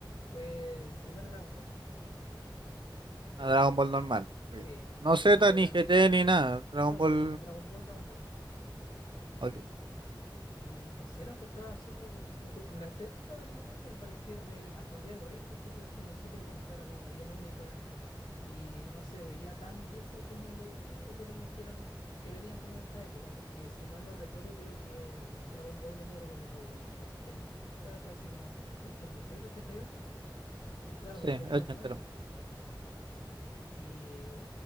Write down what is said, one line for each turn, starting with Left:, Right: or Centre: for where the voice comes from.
Left: fue el primer Dragon Ball.
Right: A Dragon Ball normal.
Left: Sí,
Right: ok.
Left: donde
Right: No Z,
Left: el Goku
Right: ni
Left: era un
Right: GT,
Left: niño.
Right: ni nada. Dragon
Left: No,
Right: Ball.
Left: el Dragon Ball, Dragon Ball.
Right: Ok.
Left: Y no sé, lo encontraba súper. lo encu- La estética del anime me parecía. Me, hasta el día de hoy encuentro que es como súper bonita, era como bien única. Y no se veía tan viejo como los otros animes que eran. que venían como de esta época. Porque si mal no recuerdo, creo que Dragon Ball venía como de los ochenta casi como 87 80 Y ocho y claro,
Right: Sí,
Left: pues
Right: es
Left: yo lo vi en
Right: ochentero.
Left: los noventa Y